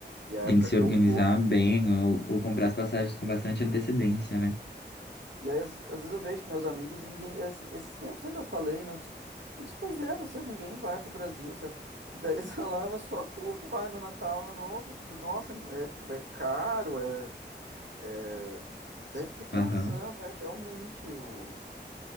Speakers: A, on the right (about 85°); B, on the left (about 70°).
A: E é a
B: tem
A: época
B: que se
A: que
B: organizar
A: eu vou,
B: bem ou, ou comprar as passagens com bastante antecedência, né?
A: E aí, às, às vezes eu vejo com meus amigos, ninguém. esse- Esses tempos ainda eu falei, né? Eu disse, eu disse, pois é, vocês ninguém vai pro Brasil, sabe? Daí eles <laughs> falaram, mas só tu que vai no Natal, no Novo. Tipo, nossa, é, é caro, é, é... Daí eu fiquei pensando,
B: Aham,
A: né? Realmente, o,